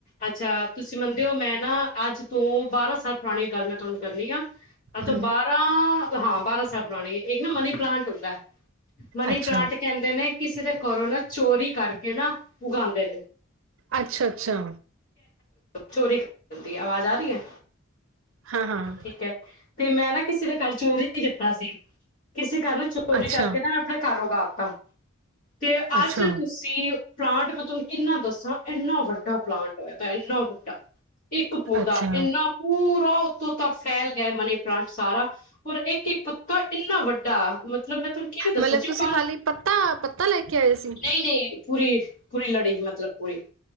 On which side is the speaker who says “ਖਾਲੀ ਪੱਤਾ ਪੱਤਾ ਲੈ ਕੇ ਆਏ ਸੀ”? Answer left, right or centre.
Right